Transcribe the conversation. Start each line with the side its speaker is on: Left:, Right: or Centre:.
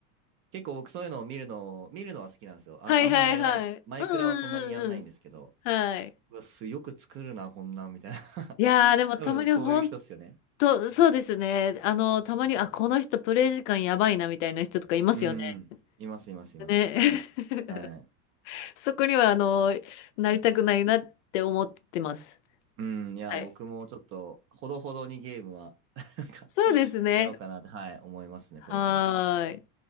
Right: 結構僕そういうのを見るの、見るのは好きなんですよ。
Left: はいはいはい。
Right: あ、あんまやれない。マイクラはそんなにやんないんですけど。
Left: うんうんうんうん。はい。
Right: うわ、す、よく作るな、こんなん、みたいな。
Left: いやー、でもたまにほん
Right: <laughs> 多分そういう人っすよね。
Left: と、そうですね。あの、たまに、あ、この人プレイ時間やばいなみたいな人とかいますよね。
Right: うん。います、います、います。
Left: ね。
Right: やばいです。
Left: <laughs>
Right: はい。
Left: そこには、あの、なりたくないなって思ってます。
Right: うん。いや、
Left: はい。
Right: 僕もちょっと、ほどほどにゲームは、なんか、
Left: そうですね。
Right: やろうかなって、はい、思いますね、
Left: はーい。
Right: これから。